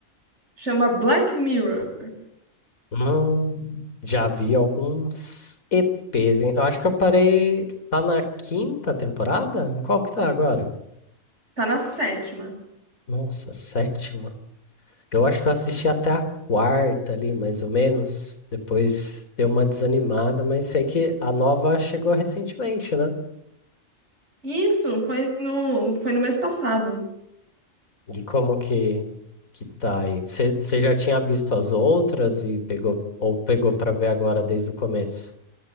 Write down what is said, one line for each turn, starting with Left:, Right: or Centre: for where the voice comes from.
Right: Chama Black Mirror.
Left: Hum, já vi alguns EPs, hein? Eu acho que eu parei. Tá na quinta temporada? Em qual que tá agora?
Right: Tá na sétima.
Left: Nossa, sétima. Eu acho que eu assisti até a quarta ali, mais ou menos. Depois deu uma desanimada, mas sei que a nova chegou recentemente, né?
Right: Isso foi no, foi no mês passado.
Left: E como que que tá aí? Você já tinha visto as outras e pegou ou pegou para ver agora desde o começo?